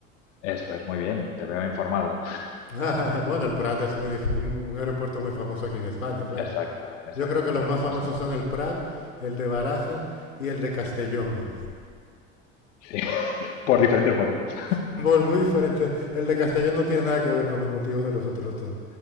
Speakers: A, on the left; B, on the left.
A: Eso es, muy bien, te veo informado.
B: <laughs> Bueno, el Prat es un, edif- un- un aeropuerto muy famoso aquí en España, claro.
A: Exacto, exacto,
B: Yo creo que los
A: de
B: más
A: los
B: famosos
A: más importantes.
B: son el Prat, el de Barajas y el de Castellón.
A: Sí, <laughs> por diferentes motivos.
B: <laughs> Por muy diferentes. El de Castellón no tiene nada que ver con los motivos de los otros dos.